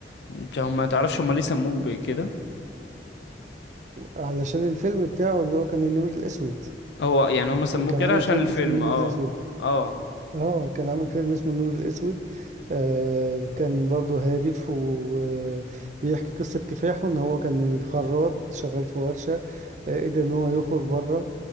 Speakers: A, on the left; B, on the right.
A: انت هم ما تعرفش هم ليه سموه بكده
B: علشان الفيلم بتاعه اللي هو كان النمر الأسود
A: هو يعني هم سموه
B: كان
A: كده
B: عامل
A: عشان
B: فيلم
A: الفيلم
B: اسمه النمر
A: اه
B: الأسود
A: اه
B: اه كان عامل فيلم اسمه النمر الأسود آه كان برضو هادف وبيحكي قصة كفاحه ان هو كان من خراط شغال في ورشة آه قدر ان هو يخرج بره